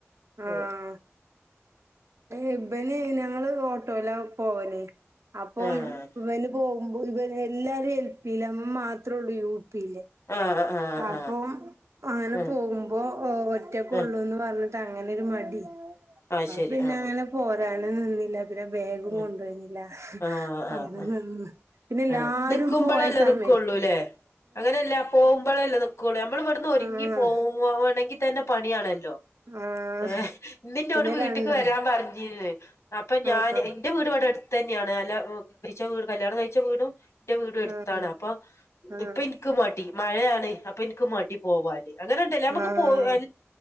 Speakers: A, on the right (about 70°); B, on the left (about 75°).
A: ആഹ്
B: ഏർ
A: ഇബന് ഞങ്ങള് ഓട്ടോല്ല പോവല്ലേ അപ്പം
B: ആഹ്
A: ഇബന് പോക ഇവരെ എല്ലാരും എൽ പില്ല അമ്മ മാത്രമേ ഉള്ളൂ യു പില്ലേ
B: ആഹ് ആഹ്
A: അപ്പൊ
B: ആഹ്
A: അങ്ങനെ
B: ആഹ്
A: പോകുമ്പോ ഒറ്റക്ക
B: ആഹ്
A: ഉള്ളൂന്ന് പറഞ്ഞ അങ്ങനെ ഒരു മടി
B: അത് ശരി
A: പിന്നെ
B: ആഹ്
A: അങ്ങനെ പോരാന നിന്നില്ല പിെ ബേഗം
B: ആഹ്
A: കൊണ്ടുവരുന്നില്ല
B: ആഹ്
A: അങ്ങനെൊന്നുംന്ന്
B: ആഹ്
A: പിന്നെ എല്ലാരും
B: ആഹ് നിക്കുമ്പളല്ലേ
A: പോയ സമീൻ
B: നിക്കുള്ളൂല്ലേ അങ്ങനെയല്ല പോകുമ്പോഴല്ലേ നക്കുള്ളൂ നമ്മൾ ഇവിടുന്ന് ഒരുങ്ങി
A: ആഹ്
B: പോണമെങ്കിൽ തന്നെ പണിയാണല്ലോ ഇലോ
A: ആഹ്
B: ഏ ഇന്നിന്നോട്
A: പിന്നെ
B: വീട്ടക്ക്
A: രണ്ട്
B: വരാൻ പറഞ്ഞിരുന്നേ അപ്പൊ ഞാൻ
A: ആഹ്
B: എന്റെ വീട് ഇവിടെ അടുത്ത്ന്നെ ആണ് കഴ വീ കല്യാണം കഴിച്ച വീടും എന്റെ വീട് അടുത്താണ്
A: ആഹ്
B: അപ്പ
A: ആഹ്
B: ഇപ്പൊ എനിക്ക് മടി മഴയാണ് അപ്പൊ എനിക്ക് മടി പോവാൻ അങ്ങനെ ഉണ്ടല്ലേ നമുക്ക്
A: ആഹ്
B: പോ എ